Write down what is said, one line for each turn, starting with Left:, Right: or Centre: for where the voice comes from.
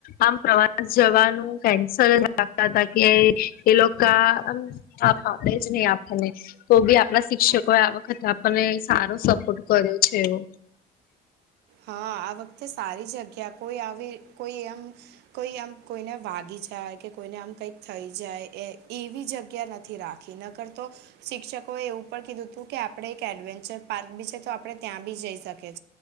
Left: આમ પ્રવાસ જવાનું કેન્સલ જ રાખતા હતાા કે એ લોકો હા હા એ જ નહી આપને તો બી આપણા શિક્ષકોએ આ વખત આપણને સારો સપોર્ટ કર્યો છે એવો <inaudible>
Right: હા આ વખતે સારી જગ્યા કોઈ આવી કોઈ એમ કોઈ આમ કોઈને વાગી જાય કે કોઈને આમ કઈક થઈ જાય એ એવી જગ્યા નથી રાખ ક ન કરતો શિક્ષકોએ એવું પણ કીધું હતું કે આપડે એક એડવેન્ચર પાર્ક બી છે તો આપડણે ત્યાં બી જઈ શકીએ